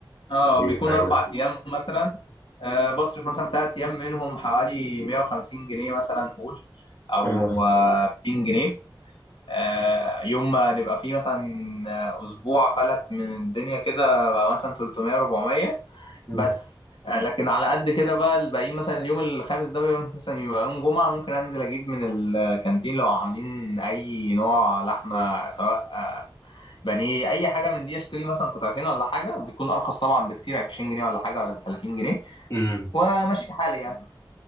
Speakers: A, on the left; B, on the left.
A: اه
B: اي
A: بيكون
B: حاجة
A: اربع ايام مثلا آه بصرف مثلا في ثلاث ايام منهم حوالي 150 جنيه مثلا نقول او
B: اه
A: آه 200 جنيه آه يوم ما نبقى فيه مثلا آه، اسبوع فلت من الدنيا كده بقى مثلا 300 400
B: مم.
A: بس آه لكن على قد كده بقى الباقيين مثلا اليوم الخامس ده بيبقى مثلا يبقى يوم جمعة ممكن انزل اجيب من الكانتين لو عاملين اي نوع لحمة سواء بانيه اي حاجه من دي اشتري مثلا قطعتين ولا حاجه بيكون ارخص طبعا بكتير 20 جنيه ولا حاجه ولا 30 جنيه
B: مم.
A: وامشي حالي يعني